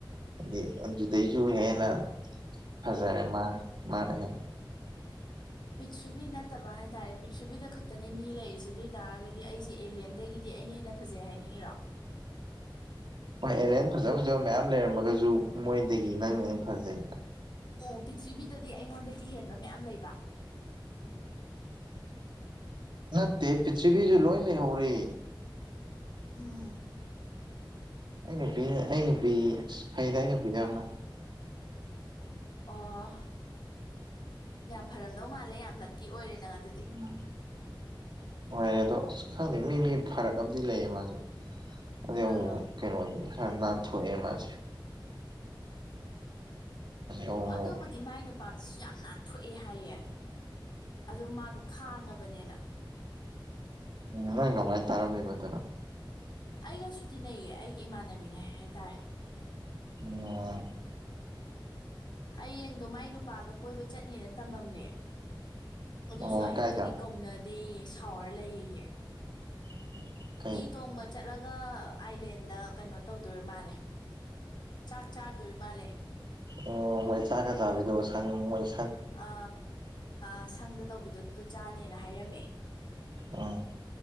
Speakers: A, on the right; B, on the left.
A: ꯍꯥꯏꯗꯤ ꯑꯗꯨꯗꯩꯁꯨ ꯍꯦꯟꯅ ꯐꯖꯥꯔꯦ ꯃꯥ ꯃꯥꯅ ꯍꯦꯟ
B: ꯄ꯭ꯔꯤꯊꯤꯕꯤ ꯅꯠꯇꯕ ꯍꯥꯏꯇꯥꯥꯔꯦ ꯄ꯭ꯔꯤꯊꯤꯕꯤꯗ ꯈꯛꯇꯅꯦ ꯃꯤ ꯂꯩꯔꯤꯁꯦ ꯑꯗꯨꯏ ꯇꯥꯔꯒꯗꯤ ꯑꯩꯁꯦ ꯑꯦꯂꯦꯟꯗꯒꯤꯗꯤ ꯑꯩꯅ ꯍꯦꯟꯅ ꯐꯖꯩ ꯍꯥꯏꯅꯤꯡꯉꯤꯔꯣ
A: ꯍꯣꯏ ꯑꯦꯅꯦꯟ ꯐꯖ ꯐꯖꯕ ꯃꯌꯥꯝ ꯂꯩꯔꯝꯃꯒꯁꯨ ꯃꯣꯏꯗꯒꯤ ꯅꯪꯅ ꯍꯦꯟ ꯐꯖꯩ
B: ꯑꯣ ꯄ꯭ꯔꯤꯊ꯭ꯤꯕꯤꯗꯗꯤ ꯑꯩꯉꯣꯟꯗꯒꯤ ꯍꯦꯟꯕ ꯃꯌꯥꯝ ꯂꯩꯕ
A: ꯅꯠꯇꯦ ꯄ꯭ꯔꯤꯊꯤꯕꯤꯁꯨ ꯂꯣꯏ ꯂꯩꯍꯧꯔꯦ
B: ꯎꯝ
A: ꯑꯩ ꯅꯨꯄꯤ ꯑꯩ ꯅꯨꯄꯤ ꯐꯩꯗ ꯑꯩ ꯅꯨꯄꯤꯗꯤ ꯌꯥꯝꯅ
B: ꯑꯣ ꯌꯥꯝ ꯐꯔꯝꯗꯧ ꯃꯥꯜꯂꯦ ꯌꯥꯝ ꯂꯛꯀꯤ ꯑꯣꯏꯔꯦ ꯅꯪ ꯑꯗꯨꯗꯤ
A: ꯎꯝ ꯍꯣꯏ ꯑꯗꯣ ꯑꯁ ꯈꯪꯗꯦ ꯃꯤ ꯃꯤ ꯐꯔꯛ ꯑꯝꯗꯤ ꯂꯩꯌꯦ ꯃꯥꯖꯦ ꯑꯗꯩ ꯑꯃꯨꯃꯨꯛ
B: ꯑꯥ
A: ꯀꯩꯅꯣ ꯈꯔ ꯅꯥꯟꯊꯣꯛ ꯑꯦꯃꯥꯁꯤ ꯑꯃꯨꯛ
B: ꯑꯗꯨꯕꯨꯗꯤ ꯃꯥꯏ ꯅꯨꯄꯥꯗꯨꯁꯨ ꯌꯥꯝ ꯅꯥꯟꯊꯣꯛꯑꯦ ꯍꯥꯏꯌꯦ ꯑꯗꯣ ꯃꯥꯗꯣ ꯈꯥꯡꯉꯕꯅꯤꯅ
A: ꯉꯔꯥꯡ ꯀꯃꯥꯏ ꯇꯔꯝꯃꯤꯕ ꯑꯗꯨꯅꯥ
B: ꯑꯩꯒꯁꯨ ꯇꯤꯟꯅꯩꯌꯦ ꯑꯩꯒꯤ ꯏꯃꯥꯟꯅꯕꯤꯅꯦ ꯍꯥꯏꯇꯥꯔꯦ
A: <unintelligible>
B: ꯍꯌꯦꯡꯗꯣ ꯃꯥꯏ ꯅꯨꯄꯥꯒ ꯀꯣꯏꯕ ꯆꯠꯅꯤꯅ ꯇꯝꯃꯝꯃꯦ ꯑꯗꯨꯁꯨ
A: ꯑꯣ
B: ꯑꯌꯨꯛꯇꯒꯤ
A: ꯀꯥꯏꯗ
B: ꯀꯧꯅꯗꯦꯌꯦ ꯁꯥꯎꯔ ꯂꯩꯌꯦꯌꯦ
A: <unintelligible>
B: ꯍꯤ ꯇꯣꯡꯕ ꯆꯠꯂꯒ ꯑꯥꯏꯂꯦꯟꯗ ꯀꯩꯅꯣ ꯇꯧꯗꯣꯔꯤ ꯃꯥꯜꯂꯦ ꯆꯥꯛ ꯆꯥꯗꯣꯔꯤ ꯃꯥꯜꯂꯦ
A: ꯑꯣ ꯃꯣꯏ ꯆꯥꯛꯒ ꯆꯥꯕꯤꯗꯣ ꯁꯪ ꯃꯣꯏꯪ
B: ꯑ ꯑꯡꯁꯪꯗ ꯇꯧꯕꯤꯗꯣ ꯑꯗꯨꯗꯣ ꯆꯥꯅꯤꯅ ꯍꯥꯏꯔꯝꯃꯦ
A: ꯑ